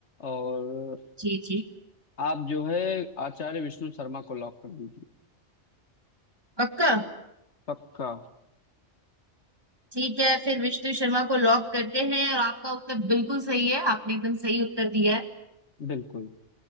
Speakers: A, on the left (about 70°); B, on the right (about 20°).
A: और
B: जी जी
A: आप जो है आचार्य विष्णु शर्मा को लॉक कर दीजिए
B: पक्का
A: पक्का
B: ठीक है फिर विष्णु शर्मा को लॉक करते हैं और आपका उत्तर बिल्कुल सही है आपने एकदम सही उत्तर दिया है
A: बिल्कुल